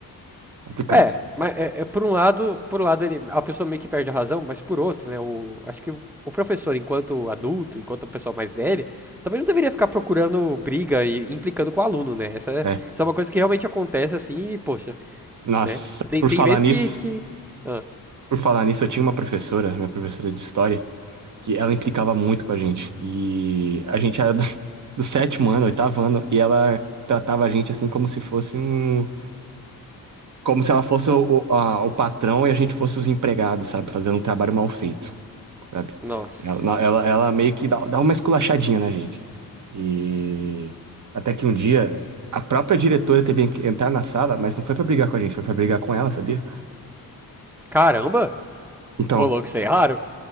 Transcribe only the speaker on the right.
Complicado.
É.
Nossa,
por
falar
nisso,
por falar nisso, eu tinha uma professora, minha professora de história, que ela implicava muito com a gente. E a gente era do, <laughs> do sétimo ano, oitavo ano, e ela tratava a gente assim como se fosse um. Como se ela fosse o, o, a- o patrão e a gente fosse os empregados, sabe? Fazendo um trabalho mal feito. sabe?
Ela, ela, ela meio que dá, dá uma esculachadinha na gente. E até que um dia a própria diretora teve que entrar na sala, mas não foi pra brigar com a gente, foi pra brigar com ela, sabia?
Então,